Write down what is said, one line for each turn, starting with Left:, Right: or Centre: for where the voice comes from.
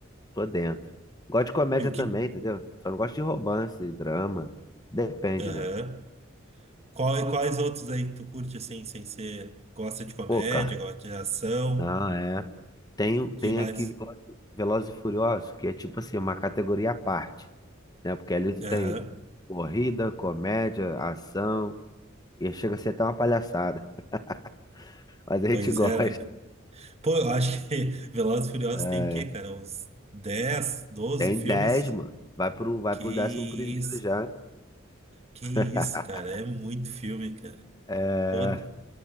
Left: tô dentro. Gosto de comédia
Right: E o
Left: também,
Right: que.
Left: entendeu? Só não gosto de romance, drama. Depende,
Right: Aham.
Left: né?
Right: Qual- quais outros aí que tu curte assim, sem ser. Gosta de comédia,
Left: Pô, cara,
Right: gosta de ação?
Left: Não, é. Tem,
Right: Que
Left: tem
Right: mais?
Left: aqui Velozes Velozes e Furiosos, que é tipo assim, uma categoria à parte, né? Porque ali tu
Right: Aham.
Left: tem corrida, comédia, ação, e chega a ser até uma palhaçada, <laughs> mas a gente
Right: Pois
Left: gosta.
Right: é, né, cara? Pô, eu acho que <laughs> Velozes e Furiosos
Left: É,
Right: tem o quê, cara? Uns 10, 12
Left: tem
Right: filmes?
Left: 10, mano. Vai pro, vai
Right: Que
Left: pro
Right: isso,
Left: décimo primeiro já.
Right: que
Left: <laughs>
Right: isso, cara. É muito filme, cara.
Left: É,
Right: Pô,